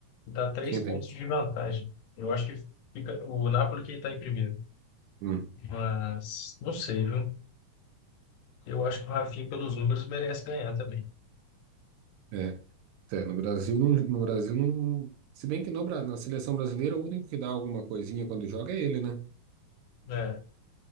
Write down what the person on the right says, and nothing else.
Quem tem.
hum,
é. É, no Brasil, não, no Brasil não. Se bem que no, Bra- na seleção brasileira, o único que dá alguma coisinha quando joga é ele, né?